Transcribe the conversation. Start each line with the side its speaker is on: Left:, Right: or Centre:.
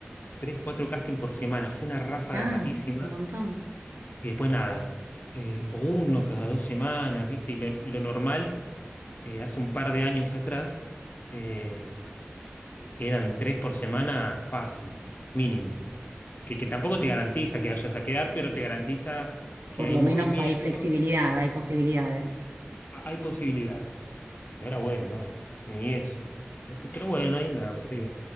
Left: tres, cuatro casting por semana, fue una ráfaga
Right: Ah,
Left: rarísima
Right: un montón.
Left: Y después nada, eh, o uno cada dos semanas, ¿viste? Y lo, lo normal, eh, hace un par de años atrás, eh, eran tres por semana fácil, mínimo. Que, que tampoco te garantiza que vayas a quedar, pero te garantiza que
Right: Por
Left: hay
Right: lo
Left: movimiento,
Right: menos hay flexibilidad, hay posibilidades.
Left: a- hay posibilidades. Y ahora, bueno, no, ni eso. Pe- pe- Pero bueno, ahí andamos, sí,